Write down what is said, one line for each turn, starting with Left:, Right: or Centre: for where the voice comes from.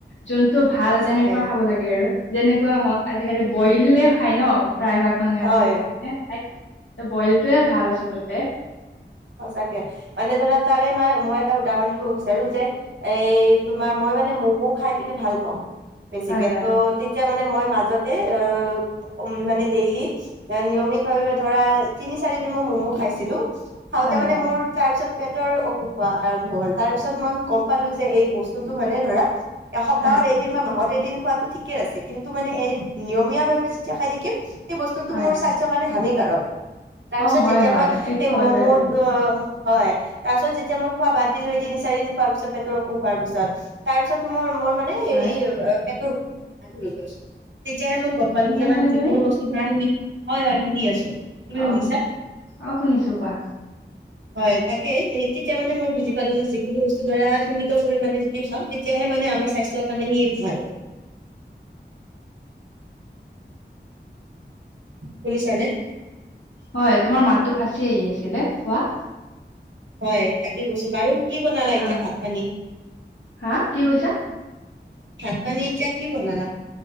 Left: যোনটো ভাল
Right: সঁচাকে
Left: তেনেকুৱা খাব লাগে। আৰু যেনেকুৱা হওক আজিকালি বইলে খাই ন প্ৰায় ভাগ মানুহে
Right: হয়
Left: আজিকালি বইলে খায়। ত বইলটয়ে ভাল আছলতে।
Right: সঁচাকে মানে ধৰা তাৰে মানে মই এটা উদাহৰণ দিব বিচাৰো যে- এই তোমাৰ মই মানে মম' খাই পিনে ভাল পাওঁ বেছিকে,
Left: হয় হয়
Right: ত'- তেতিয়া মানে মই মাজতে অ উ মানে ডেইলি- নিয়মিত ভাৱে ধৰা তিনি চাৰি দিন মই ম'মো খাইছিলো, খাওঁতে
Left: হয়,
Right: মানে
Left: হয়,
Right: মোৰ তাৰ পিছত- পেটৰ অসুখ হোৱা আৰম্ভ হ'ল। তাৰ পিছত মই গম পালো যে এই বস্তুতটো মানে ধৰা- এসপ্তাহত
Left: হয়,
Right: এদিন বা মাহত এদিন খোৱাটো ঠিকে আছে কিন্তু মানে এই নিয়মীয়া ভাৱে যেতিয়া খাই থাকিম- সেই বস্তুতটো
Left: হয়।
Right: মোৰ স্বাস্থ্যৰ কাৰণে হানিকাৰক। তাৰ পিছত
Left: অ', হয়,
Right: যেতিয়া
Left: হয়,
Right: মই
Left: এইটো
Right: সেই
Left: হয়
Right: ম'ম'-
Left: বাৰু
Right: অঁ হয়, তাৰ পিছত যেতিয়া মই খোৱা বাদ দিলোঁ সেই তিনি চাৰি দিন খোৱাৰ পিছত পেটৰ অসুখ খোৱাৰ পিছত। তাৰ পিছত মোৰ মোৰ মানে হেৰি
Left: হয়,
Right: পেটৰ অসুখ ভাল হৈ গ'ল। পালো
Left: শুনি
Right: যে
Left: আছানে
Right: মান যিকোনো
Left: তুমি?
Right: বস্তু ধৰা সীমিত হয় হয় সীমি আছো। তুমি শুনিছা
Left: অঁ, অঁ শুনিছোঁ কোৱা?
Right: হয়, তাকে তেতিয়া মানে মই বুজি পালোঁ যে যিকোনো বস্তু ধৰা সীমিত পৰিমাণে যদি খাওঁ- তেতিয়াহে মানে আমাৰ স্বাস্থ্যৰ কাৰণে সি ভাল। শুনিছা নে?
Left: হয়, তোমাৰ মাতটো ফাঁচি আহি আছিলে, কোৱা?
Right: হয়, তাকে কৈছো বাৰু। কি বনালা এতিয়া
Left: অ',
Right: ভাত পানী?
Left: হা কি কৈছা?
Right: ভাত-পানী এতিয়া কি বনালা?